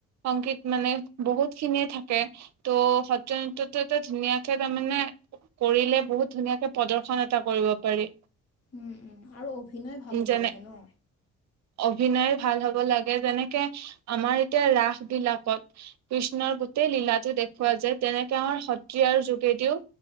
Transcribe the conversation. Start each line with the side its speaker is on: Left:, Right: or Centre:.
Right: সংগীত মানে বহুত খিনিয়ে থাকে ত' সত্যনৃত্য নৃত্য টো এটা ধুনাকে তাৰমানে কৰিলে বহুত ধুনীয়াকে প্ৰদৰ্শন এটা কৰিব। পাৰি
Left: উম উম আৰু অভিনয় ভাল
Right: উম,
Left: হ'ব
Right: যেনে
Left: লাগে ন।
Right: অভিনয় ভাল হ'ব লাগে যেনেকে আমাৰ এতিয়া ৰাস বিলাকত কৃষ্ণৰ গোটেই লীলাটো। দেখুওঁ যায় তেনেকে আমাৰ সত্ৰিয়াৰ যোগেদিওঁ।